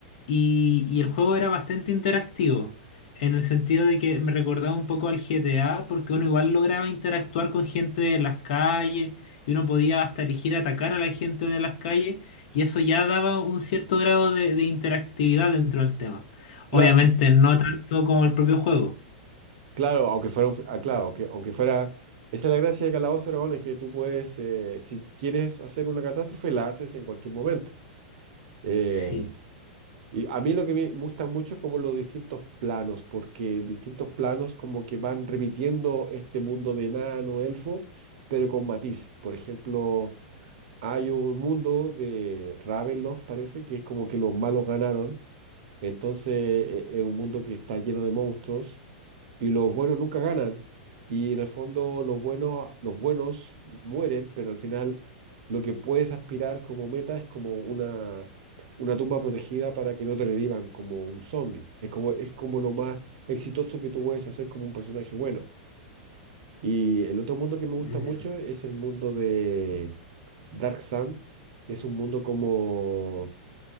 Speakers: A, on the left (about 60°); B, on the right (about 60°).
A: y, y el juego era bastante interactivo. En el sentido de que me recordaba un poco al GTA porque uno igual lograba interactuar con gente de las calles y uno podía hasta elegir atacar a la gente de las calles y eso ya daba un cierto grado de, de interactividad dentro del tema.
B: Claro,
A: Obviamente no tanto como el propio juego.
B: claro, aunque fuera, un f- ah, claro, aunque, aunque fuera, esa es la gracia de Calabozos y Dragones, que tú puedes, eh, si quieres hacer una catástrofe, la haces en cualquier momento. Eh,
A: Sí.
B: Y a mí lo que me gusta mucho es como los distintos planos, porque distintos planos como que van repitiendo este mundo de enano, elfo, pero con matices. Por ejemplo, hay un mundo de Ravenloft, parece, que es como que los malos ganaron. Entonces e- e, es un mundo que está lleno de monstruos y los buenos nunca ganan. Y en el fondo los buenos, los buenos mueren, pero al final lo que puedes aspirar como meta es como una, una tumba protegida para que no te revivan como un zombie. Es como, es como lo más exitoso que tú puedes hacer como un personaje bueno. Y el otro mundo que me gusta
A: Ya.
B: mucho es el mundo de Dark Sun, que es un mundo como,